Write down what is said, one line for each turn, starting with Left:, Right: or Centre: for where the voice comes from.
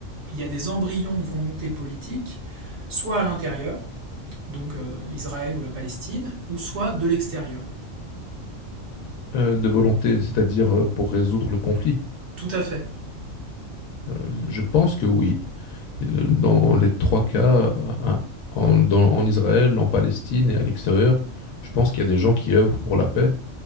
Right: il y a des embryons de volonté politique, soit à l'intérieur, donc euh, Israël ou la Palestine, ou soit de l'extérieur?
Left: Euh, de volonté, c'est-à-dire euh, pour résoudre le conflit.
Right: Tout à fait.
Left: Euh, je pense que oui. Euh, Dans les trois cas, euh, en, dans- en Israël, en Palestine et à l'extérieur, je pense qu'il y a des gens qui œuvrent pour la paix,